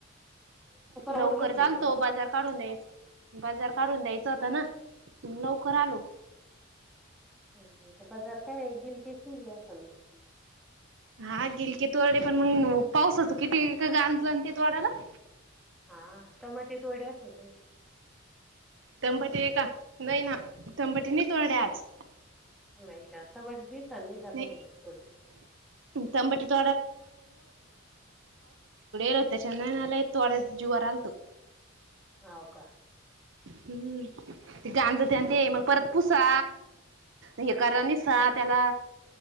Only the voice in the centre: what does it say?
आवरलं होतं
हो बाजार काय गिलकीस निघली असताना
<unintelligible>
<inaudible>
म्हणलं थोडे
हाव का